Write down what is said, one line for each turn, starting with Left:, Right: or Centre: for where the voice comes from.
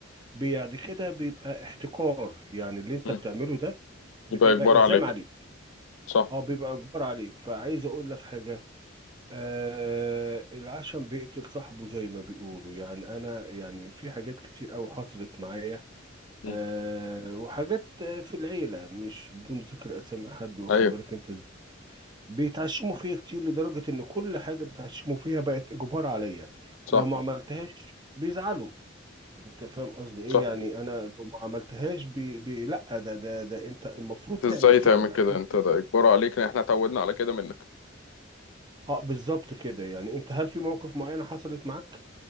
Right: بعد كده بيبقى احتكار يعني اللي أنت
Left: مم.
Right: بتعمله ده بيبقى
Left: يبقى إجبار
Right: إلزام
Left: عليك
Right: عليك
Left: صح
Right: اه بيبقى اجبار عليك فعايز اقول لك حاجه آه العشم بيقتل صاحبه زي ما بيقولوا يعني انا يعني في حاجات كتير قوي حصلت معايا
Left: مم.
Right: آه وحاجات آه، في العيله مش بدون ذكر اسامي حد واخد
Left: أيوه
Right: بالك انت ازاي بيتعشموا فيا كتير لدرجه ان كل حاجه بيتعشموا فيها بقت اجبار عليا
Left: صح
Right: لو ما عملتهاش بيزعلوا انت فاهم قصدي ايه
Left: صح
Right: يعني انا لو ما عملتهاش بي بي لا ده ده ده انت المفروض تعمل
Left: إزاي
Right: كده
Left: تعمل
Right: مع
Left: كده
Right: إنك-
Left: أنت ده إجبار عليك إن إحنا اتعودنا على كده منك
Right: اه بالظبط كده يعني انت هل في مواقف معينه حصلت معاك